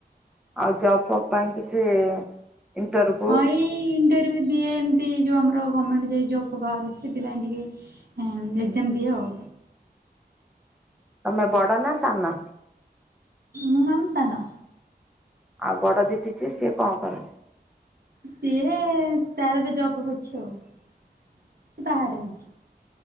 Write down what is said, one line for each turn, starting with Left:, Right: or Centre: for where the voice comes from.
Centre: ଆଉ ଜବ ଫବ୍ ପାଇଁ କିଛି ଇଣ୍ଟରବ୍ୟୁ।
Right: ହଁ ଏଇ ଇଣ୍ଟରଭ୍ୟୁ ଦିଏ। ସେ ଯଉ ଆମର ଗଭର୍ଣ୍ଣମେଣ୍ଟ ଯ ଜବ୍ ବାହାରୁଛି ସେଥିପାଇଁ ଟିକେ ଏକଜାମ ଦିଏ ଆଉ।
Centre: ତମେ ବଡ଼ ନା ସାନ।
Right: ମୁଁ ମାମ୍ ସାନ।
Centre: ଆଉ ବଡ଼ ଦିଦି ଯେ ସିଏ କଣ କରନ୍ତି?
Right: ସିଏ ତାର ଏବେ ଜବ ଅଛି ଆଉ। ବାହାରେ ଅଛି।